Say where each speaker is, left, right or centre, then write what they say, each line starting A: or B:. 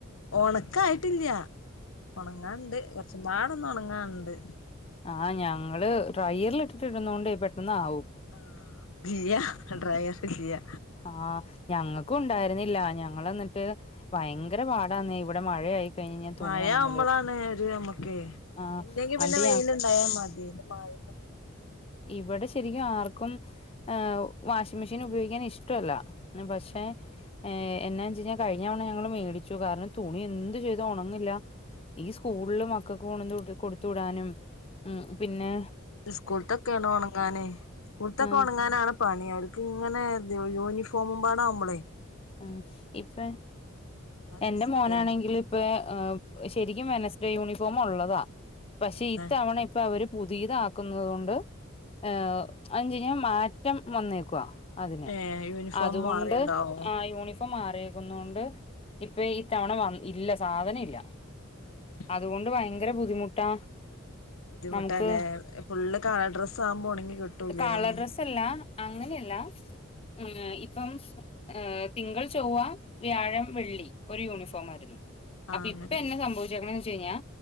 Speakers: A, on the left; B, on the left.
A: ഓണട്ട് ഇക്ക് ആയിട്ടില്ല ഒണങ്ങാണ്ട്. കുറച്ചുമ്പാടെ ഒന്ന് ഒണങ്ങാണ്ട്.
B: ആ ഞങ്ങള് ഡ്രയറലിൽ ഇട്ടിട്ട് ഇടുന്നോണ്ടേ പെട്ടന്ന് ആവും.
A: ആ ഇല്ല്യ. ഡ്രൈയറ്ല്യ
B: ആ ഞങ്ങക്കും ഉണ്ടായിരുന്നില്ല. ഞങ്ങള് എന്നിട്ട് ഭയങ്കര പാടാന്നേ ഇവ വടെ മഴയായി കഴിഞ്ഞ് കഴിഞ്ഞാ തുണി
A: മയ
B: ഉണങ്ങല്
A: ആവുമ്പളാണ് ഒര് നമുക്കേ.
B: ആഹ്
A: ഇല്ലെങ്കി
B: അണ്ട്
A: പിന്നേ വെയില്ണ്ടായ മതി ഇത് മയ
B: ഇവടെ ശരിക്കും ആർക്കും ഏഹ് വാഷിംഗ് മെഷീൻ ഉപയോഗിക്കാൻ ഇഷ്ടല്ല. പക്ഷേ എന്നാന്നു വച്ചു കഴിഞ്ഞാ കഴിഞ്ഞ തവണ ഞങ്ങള് മേ ട്ച്ചു. കാരണം തുണി എന്ത് ചെയ്താ ഒണങ്ങില്ല ഈ സ്കൂളില് മക്കക്ക് പോണങ്ക് ഇത് കൊടുത്ത് വിടാനും. ഉം പിന്നേ
A: സ്കൂൾത്തൊക്കെയാണ് ഒണങ്ങാനെ. സ്കൂത്തൊക്കെ
B: ആഹ്
A: ഒണങ്ങാനാണ് പണി. അവർക്ക്ങ്ങനെ യൂണിഫോമും പാടാവുമ്പളെ
B: ഉം ഇപ്പ
A: എല്ലാ ദിവസവും
B: എന്റെ മോനാണെങ്കിൽ
A: ഇല്ലല്ലോ
B: ഇപ്പ ഏ ശരിക്കും വെനസ് ഡേ യൂണിഫോമ് ഒള്ളതാ. പക്ഷേ
A: തന്നെ
B: ഇത്തവണ ഇപ്പ അവര് പുതിയതാക്കുന്നുന്നത് കൊണ്ട് ഏ <unintelligible> മാറ്റം വന്നേക്ക്വാ അതിന്
A: ഏ യൂണിഫോം
B: അതുകൊണ്ട്
A: മാറിണ്ടാവും
B: ആ യൂണിഫോം മാറിയേക്കുന്നോണ്ട് ഇപ്പ ഈ തവണ വന്ന് ഇല്ല സാധനേം ഇല്ല.
A: തന്നെ
B: അതുകൊണ്ട് ഭയങ്കര ബുദ്ധിമുട്ടാ
A: ബുദ്ധിമുട്ടല്ലേ
B: നമുക്ക്
A: ഫുള്ള് കളർ ഡ്രസ്സ് ആകുമ്പോ ഉണങ്ങി കിട്ടൂലല്ലോ
B: കളർ
A: അങ്ങനെ
B: ഡ്രസ്സല്ല അങ്ങനെയല്ല മ് ഇപ്പം ഏഹ് തിങ്കൾ ചൊവ്വ വ്യാഴം വെള്ളി ഒരു യൂണിഫോം ആയിരുന്നു.
A: ആ
B: അപ്പൊ
A: അങ്ങനെ
B: ഇപ്പൊ എന്ന സംഭവിച്ചെക്ക്ണ്ന്ന് വെച്ചെയിഞ്ഞാൽ